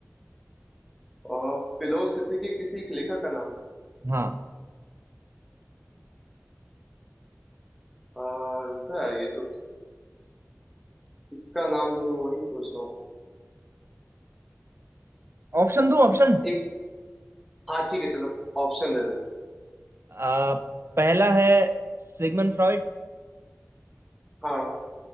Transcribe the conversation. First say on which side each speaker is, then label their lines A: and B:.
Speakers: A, in the centre; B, on the right.
A: और फिलोसफी के किसी एक लेखक का नाम
B: हाँ
A: आ, रुका ये तो किसका नाम लूं मैं वही सोच रहा हूँ
B: ऑप्शन दूं ऑप्शन
A: एक हाँ ठीक है चलो ऑप्शन दे दो
B: आ, पहला है सिगमंड फ्रॉइड
A: हाँ